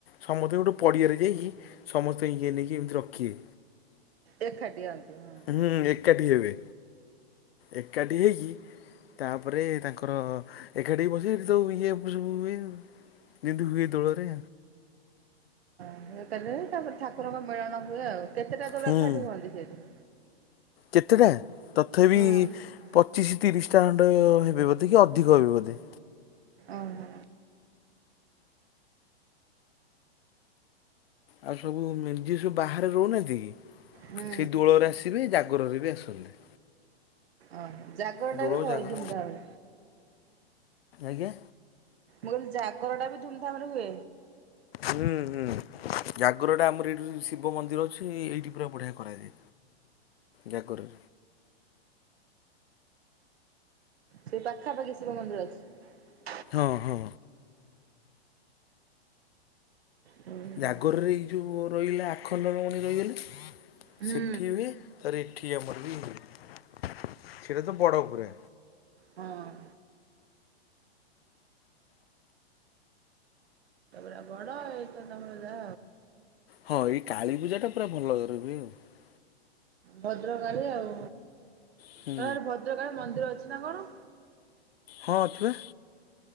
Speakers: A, on the left; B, on the right.
A: ସମସ୍ତେ ଗୋଟେ ପଡ଼ିଆରେ ଯାଇକି। ସମସ୍ତେ ଇଏ ନେଇକି ଏମିତି ରଖିବେ।
B: ଏକାଠି ହୁଅନ୍ତି ହଁ।
A: ହୁଁ, ଏକାଠି ହେବେ। ଏକାଠି ହେଇକି ତାପରେ ତାଙ୍କର ଏକାଠି ବସି। ସେଠି ତ ଉ, ଇଏ ପୁସୁବୁ ହୁଏ। ଯେମିତି ହୁଏ ଦୋଳରେ।
B: <unintelligible> ତାପରେ ଠାକୁରଙ୍କ ମିଳନ ହୁଏ ଆଉ। କେତେଟା ଦୋଳ
A: ହୁଁ
B: ଏକାଠି ହୁଅନ୍ତି ସେଇଠି?
A: କେତେଟା? ତଥାପି
B: ଓହୋ
A: ପଚିଶ ତିରିଶଟା ଖଣ୍ଡ ହେବେ ବୋଧେ କି ଅଧିକ ହେବେ ବୋଧେ।
B: ଓହୋ।
A: ଆଉ ସବୁ ମେ-ଯିଏ ସବୁ ବାହାରେ ରହୁନାହାନ୍ତି
B: ହୁଁ।
A: କି ସେ ଦୋଳରେ ଆସିବେ, ଜାଗରରେ ବି ଆସନ୍ତି।
B: ଓହୋ ଜାଗରଟା
A: ଦୋଳ
B: ବି ହଏ
A: ଜାଗର
B: ଧୂମଧାମ୍?
A: ଆଜ୍ଞା?
B: ମୁଁ କହିଲି, ଜାଗର ଟା ବି ଧୁମଧାମ୍ ରେ ହୁଏ?
A: ହୁଁ ହୁଁ, ଜାଗରଟା ଆମର ଏଇଠି ଶିବ ମନ୍ଦିର ଅଛି। ଏଇଠି ପୁରା ବଢ଼ିଆ କରାଯାଏ। ଜାଗରରେ।
B: ସେଇ ପାଖାପାଖି ଶିବ ମନ୍ଦିର ଅଛି?
A: ହଁ, ହଁ।
B: ହୁଁ।
A: ଜାଗରରେ ଏଇ ଯୋଉ ରହିଲା ଆଖଣ୍ଡଳମଣୀ ରହିଗଲେ
B: ହଁ।
A: ସେଠି ହୁଏ। ତାରେ ଏଠି ଆମର ବି ହୁଏ। ସେଟା ତ ବଡ ଉପରେ।
B: ହଁ। ସେଟା ବଡ଼ ଏଟା ତୋମର ଯା।
A: ହଁ ଏଇ କାଳୀ ପୂଜା ଟା ପୁରା ଭଲରେ ହୁଏ ଅ,।
B: ଭଦ୍ରକାଳୀ ଆଉ।
A: ହୁଁ
B: ତୋମର ଭଦ୍ରକାଳୀ ମନ୍ଦିର ଅଛି ନା କଣ?
A: ହଁ ଅଛି ବା।